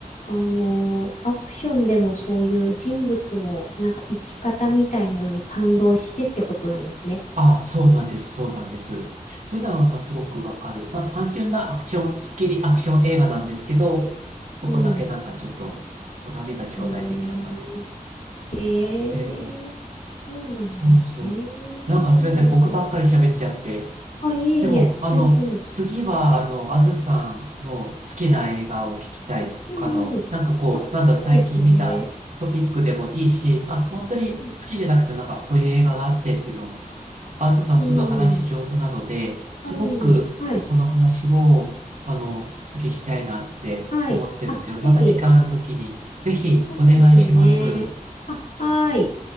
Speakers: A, on the left; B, on the right.
A: あの、アクションでもそういう人物のなんか生き方みたいなのに感動してってことなんですね。
B: あ、そうなんです、そうなんです。そういうのはなんかすごくわかる。まあ単純なアクション、スッキリアクション映画なんですけど、そこだけなんかちょっと、
A: うん。
B: お涙頂戴的な感じなんです
A: うーん。へえ、
B: よ。ええ、ええ
A: そうなんだ。
B: そうそう。
A: へえ、
B: なんかすみません、
A: なるほど。
B: 僕ばっかり喋っちゃって。
A: あ、いえいえ、
B: でも、あの、
A: 全然です。
B: 次は、あの、あずさんの好きな映画を聞きたいです。他の、
A: うんうん。
B: なんかこう、
A: あ、
B: なんだ最近見たトピックでもいいし、
A: そうですね。
B: あ、本当に好きじゃなくてもなんかこういう映画があってっていうのを
A: うん。
B: あずさんすぐ話上手なので、
A: うん
B: すごくその話を、
A: はい、はい、
B: あの、次したいなって思ってるんですよ。
A: はい。あ、
B: また時間あるときに、
A: ぜひ。
B: ぜひお願いします。
A: そうですね。あ、はい。